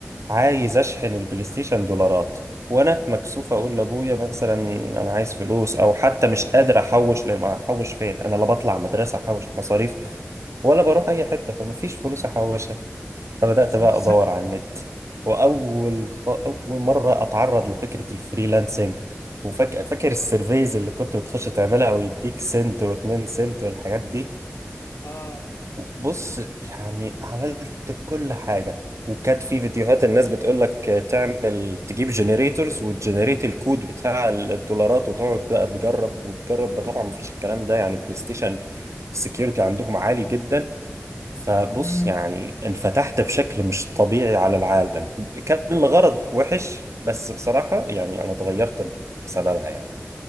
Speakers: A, on the right; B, on the left.
A: عايز اشحن البلاي ستيشن دولارات وانا مكسوف اقول لابويا مثلا انا عايز فلوس او حتى مش قادر احوش لان احوش فين انا لا بطلع مدرسه احوش مصاريف ولا بروح اي حته فمفيش فلوس احوشها فبدات
B: بالظبط
A: بقى ادور على النت واول خ... اول مره اتعرض لفكره الفريلانسنج وفاكر فاكر السيرفيز اللي كنت بتخش تعملها ويديك سنت واتنين سنت والحاجات دي
B: <laughs> آه
A: بص يعني عملت كل حاجة وكانت في فيديوهات الناس بتقول لك تعمل تجيب جنريتورز وتجنريت الكود بتاع الدولارات وتقعد بقى تجرب وتجرب طبعا ما فيش الكلام ده يعني بلاي ستيشن السكيورتي عندهم عالي جدا فبص
B: امم
A: يعني انفتحت بشكل مش طبيعي على العالم كان الغرض وحش بس بصراحة يعني انا اتغيرت بسببها يعني